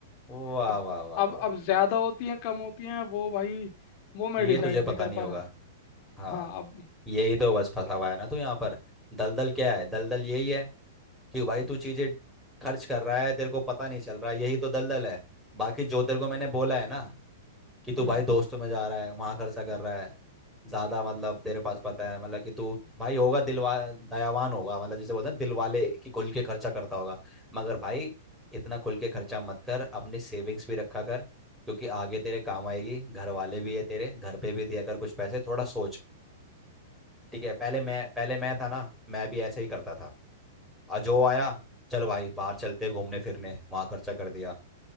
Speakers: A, in the centre; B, on the left.
A: वाह
B: अब
A: वाह वाह
B: अब
A: वाह
B: अब ज्यादा होती हैं कम होती हैं वो भाई वो मैं
A: ये
B: डिसाइड
A: तुझे
B: नहीं
A: पता
B: कर
A: नहीं
B: पा
A: होगा
B: रहा
A: हाँ
B: हाँ अब
A: यही तो बस फंसा हुआ है ना तू यहाँ पर दलदल क्या है दलदल यही है कि भाई तू चीजें खर्च कर रहा है तेरे को पता नहीं चल रहा यही तो दलदल है बाकी जो तेरे को मैंने बोला है ना कि तू
B: हम्म
A: भाई दोस्तों में जा रहा है वहां खर्चा कर रहा है ज्यादा मतलब तेरे पास पता है मतलब कि तू भाई होगा दिलवा दयावान होगा मतलब जैसे बोलते हैं दिल वाले कि खुल के खर्चा करता होगा मगर भाई इतना खुल के खर्चा मत कर अपनी सेविंग्स भी रखा कर क्योंकि आगे तेरे काम आएगी घर वाले भी है तेरे घर पे भी दिया कर कुछ पैसे थोड़ा सोच ठीक है पहले मैं पहले मैं था ना मैं भी ऐसे ही करता था आ जो आया चल भाई बाहर चलते हैं घूमने फिरने वहां खर्चा कर दिया